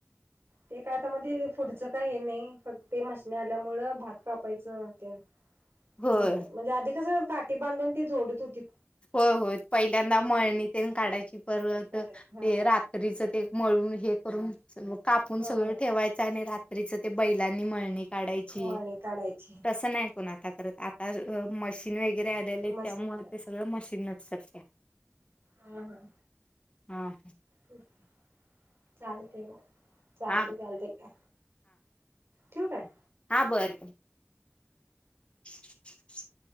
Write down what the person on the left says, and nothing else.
होय
होय होय पहिल्यांदा मळणी तेन काढायची परत
ते
रा त्रीच ते एक मळून हे करून कापून
सगळं ठेवाय चं आणि रात्रीच ते बैलांनी मळणी काढायची.
तसं नाही कोण आता करत आता मशीन वगैरे आलेले आहेत
त्यामुळे
ते सग गळं मशीनच करत्या.
हां.
हा
हां बरं बरं. <inaudible>